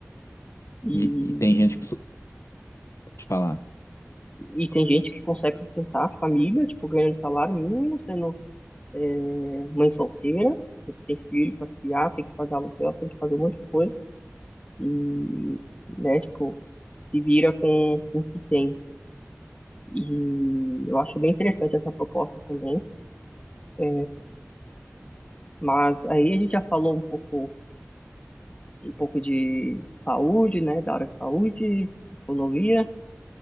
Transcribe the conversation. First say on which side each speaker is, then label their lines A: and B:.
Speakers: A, on the left; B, on the left.
A: E,
B: E, e tem gente que su- te falar,
A: e tem gente que consegue sustentar a família, tipo, ganhando salário mínimo, sendo é mãe solteira, tem que ter filho pra criar, tem que pagar aluguel, tem que fazer um monte de coisa. E, né, tipo, se vira com, com o que tem. E eu acho bem interessante essa proposta também. é, Mas aí a gente já falou um pouco, um pouco de saúde, né? Da área de saúde, economia